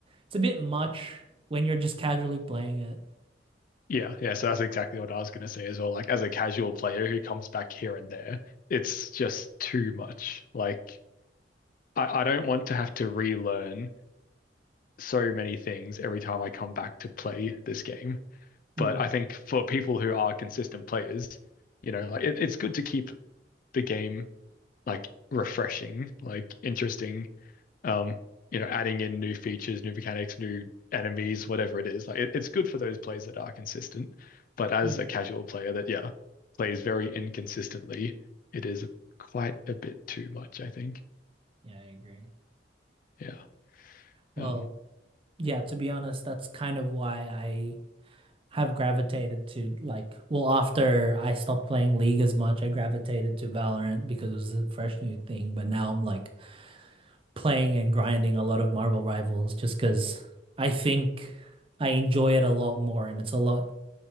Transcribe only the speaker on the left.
Yeah, yeah. So that's exactly what I was going to say as well. Like, as a casual player who comes back here and there, it's just too much. Like, I, I don't want to have to relearn so many things every time I come back to play this game. But
I think for people who are consistent players, you know, like it, it's good to keep the game like refreshing, like interesting, um, you know, adding in new features, new mechanics, new enemies, whatever it is. Like it, it's good for those plays that are consistent. But as
a casual player that, yeah, plays very inconsistently, it is a, quite a bit too much, I think.
Yeah.
Um,